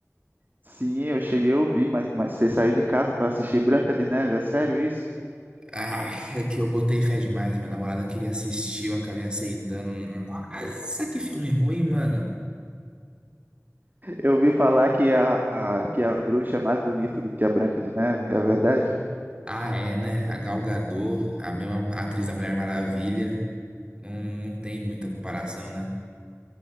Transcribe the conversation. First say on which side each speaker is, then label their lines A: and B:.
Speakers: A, on the right (about 35°); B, on the right (about 20°).
A: Sim, eu cheguei a ouvir, mas, mas você saiu de casa para assistir Branca de Neve? É sério isso?
B: Ah, é que eu botei fé demais. Minha namorada queria assistir, eu acabei aceitando. Nossa, que filme ruim, mano.
A: Eu ouvi falar que a, a- que a bruxa é mais bonita do que a Branca de Neve, é verdade?
B: Ah, é, né? A Gal Gadot, a mesma atriz da Mulher Maravilha. Não, não tem muita comparação, né?